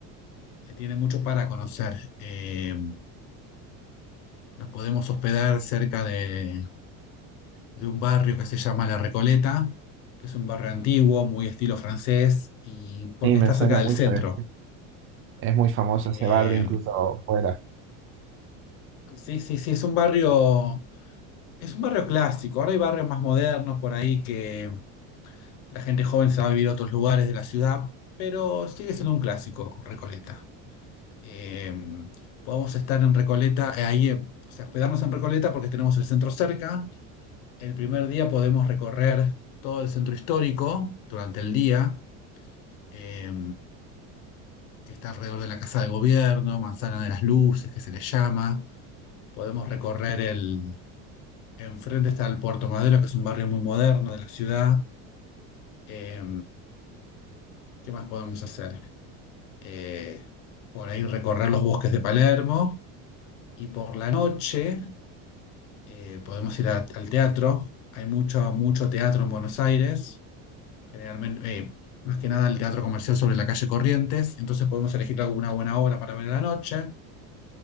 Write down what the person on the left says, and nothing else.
que tiene mucho para conocer. Eh, nos podemos hospedar cerca de, de un barrio que se llama La Recoleta, que es un barrio antiguo, muy estilo francés, y porque
está
cerca del
centro.
Eh,
sí, sí, sí, es un barrio, es un barrio clásico. Ahora hay barrios más modernos por ahí que la gente joven se va a vivir a otros lugares de la ciudad, pero sigue siendo un clásico, Recoleta. Eh, podemos estar en Recoleta, eh, ahí, eh, o sea, hospedarnos en Recoleta porque tenemos el centro cerca El primer día podemos recorrer todo el centro histórico durante el día, eh, que está alrededor de la Casa de Gobierno, Manzana de las Luces, que se le llama. Podemos recorrer el... Enfrente está el Puerto Madero, que es un barrio muy moderno de la ciudad. Eh, ¿qué más podemos hacer? Eh, por ahí recorrer los bosques de Palermo y por la noche eh, podemos ir a- al teatro. Hay mucho, mucho teatro en Buenos Aires Generalmente, eh, más que nada el teatro comercial sobre la calle Corrientes, entonces podemos elegir alguna buena obra para ver en la noche.